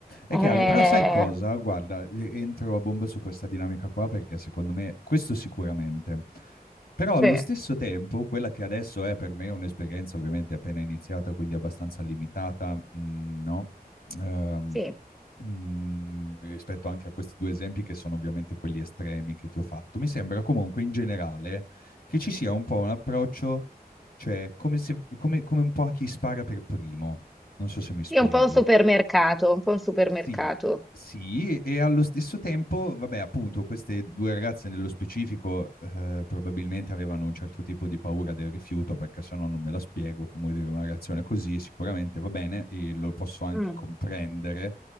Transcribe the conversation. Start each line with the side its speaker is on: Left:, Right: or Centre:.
Left: è
Centre: Eh,
Left: chiaro, però sai cosa? Guarda, e- entro a bomba su questa dinamica qua perché secondo me questo sicuramente, Però
Centre: Sì,
Left: allo stesso tempo, quella che adesso è per me un'esperienza ovviamente appena iniziata, quindi abbastanza limitata, mm, no? Ehm,
Centre: sì,
Left: mm, rispetto anche a questi due esempi che sono ovviamente quelli estremi che ti ho fatto, mi sembra comunque in generale che ci sia un po' un approccio, cioè come se- come- come un po' a chi spara per primo. Non so se mi
Centre: sì,
Left: spiego.
Centre: è un po' un supermercato, un po' un supermercato.
Left: Sì, sì, e allo stesso tempo, vabbè, appunto, queste due ragazze nello specifico eh, probabilmente avevano un certo tipo di paura del rifiuto, perché se no non me la spiego, come dire, una reazione così sicuramente va bene e lo posso anche
Centre: Mm,
Left: comprendere.